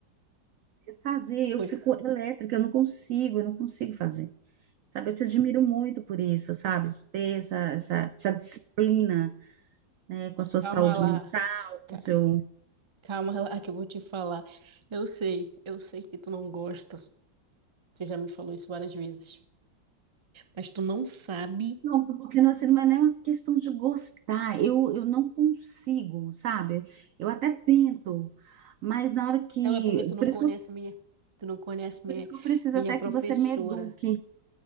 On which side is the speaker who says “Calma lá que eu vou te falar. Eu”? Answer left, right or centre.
Right